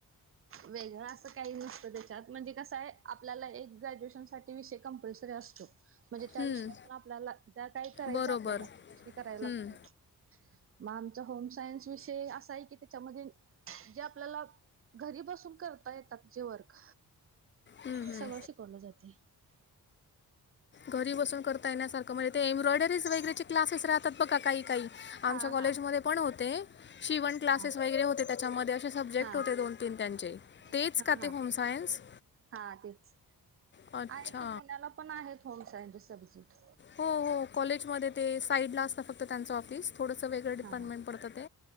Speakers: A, on the right (about 35°); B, on the left (about 30°).
A: वेगळं असं काही नसतं त्याच्यात म्हणजे कस आहे आपल्याला एक ग्रॅज्युएशन साठी विषय कंपल्सरी असतो. म्हणजे त्या
B: हं,
A: विषयातून आपल्याला ज्या काय करायचं
B: बरोबर
A: आपल्याला त्याविषयी करायला
B: हं,
A: लागतय. मग आमचा होम सायन्स विषय असा आहे कि जे आपल्याला घरी बसून करता येतात जे वर्क
B: हं, हं.
A: सगळं शिकवलं जाते.
B: घरी बसून करता येण्यासारखं म्हणजे ते एम्ब्रॉयडरीज वगैरेचे क्लासेस राहतात बघा काही काही आमच्या
A: हा
B: कॉलेजमध्ये
A: हा
B: पण होते. शिवण क्लासेस
A: हा
B: वगैरे होते त्याच्यामध्ये असे सब्जेक्ट
A: हा
B: होते दोन तीन त्यांचे. तेच
A: हा
B: का ते
A: हा
B: होम सायन्स?
A: हा तेच
B: अच्छा
A: आहेत की पुण्याला पण आहेत होम सायन्स चे सब्जेक्ट.
B: हो हो कॉलेजमध्ये ते साईड ला असत फक्त त्यांचं ऑफिस. फुडच वेगळं डिपार्टमेंट
A: हा
B: पडतं ते